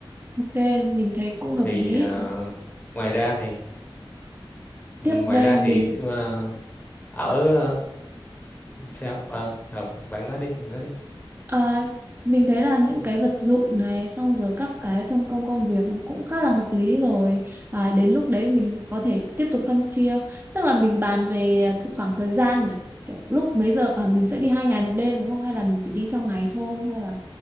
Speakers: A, on the right; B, on the left.
A: Ok, mình thấy cũng hợp
B: thì
A: lý.
B: ờ, ngoài ra thì ngoài
A: Tiếp đây
B: ra
A: mình
B: thì ờ, ở ờ, sao Ờ, ờ, bạn nói đi bạn nói đi
A: Ờ, mình thấy là những cái vật dụng này xong rồi các cái phân công công việc nó cũng khá là hợp lý rồi à, đến lúc đấy mình có thể tiếp tục phân chia tức là mình bàn về thực- khoảng thời gian này Kiểu lúc mấy giờ à, mình sẽ đi hai ngày một đêm đúng không hay là mình chỉ đi trong ngày thôi hay là